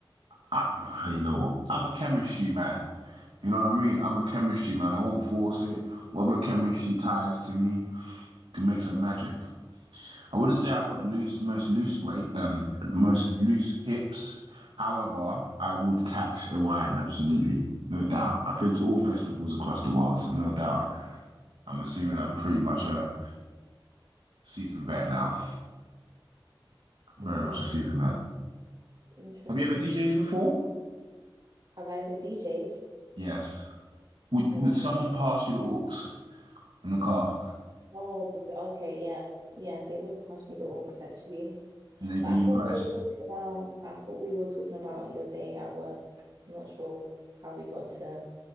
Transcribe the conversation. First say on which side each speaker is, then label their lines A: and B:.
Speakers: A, on the right; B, on the right.
A: I, <sighs> you know what? I'm a chemistry man. You know what I mean? I'm a chemistry man. I won't force it. Whatever chemistry ties to me can make some magic. I wouldn't say I've got the loose most loose weight, um most loose hips. However, I would catch a wine, absolutely. No doubt. I've been to all festivals across the world, so no doubt. I'm assuming
B: Yeah.
A: I'm pretty much a seasoned vet now. Very
B: That's inter
A: much a seasoned vet.
B: that's interesting.
A: Have you ever DJed before?
B: Have I ever DJ'd?
A: Yes. Would
B: No.
A: would someone pass you the aux in the car
B: Oh, it's okay, yes. Yeah, they would pass me the aux actually.
A: and they'd
B: But
A: be
B: I thought
A: impressed?
B: we were talking about I thought we were talking about your day at work. I'm not sure how we got to